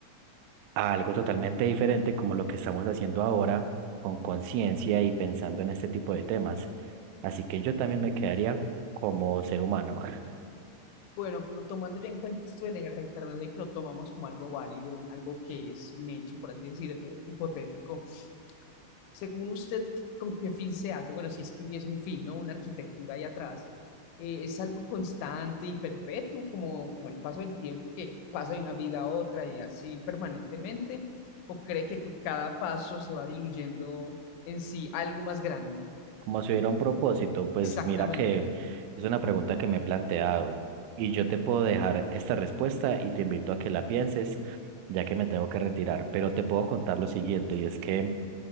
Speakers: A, on the right; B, on the left.
A: a algo totalmente diferente como lo que estamos haciendo ahora con conciencia y pensando en este tipo de temas. Así que yo también me quedaría como ser humano, <laughs>
B: Bueno, pero tomando ya en cuenta esto de la reencarnación, que lo tomamos como algo válido, algo que es un hecho, por así decirlo, hipotético. Según usted, ¿con qué fin se hace? Bueno, si es que hubiese un fin, ¿no? Una arquitectura ahí atrás. Eh, ¿es algo constante y perpetuo, como, como el paso del tiempo que pasa de una vida a otra y así permanentemente? ¿O cree que con cada paso se va diluyendo en sí algo más grande?
A: como si hubiera un propósito, pues
B: Exactamente.
A: mira que es una pregunta que me he planteado y yo te puedo dejar esta respuesta y te invito a que la pienses, ya que me tengo que retirar, pero te puedo contar lo siguiente y es que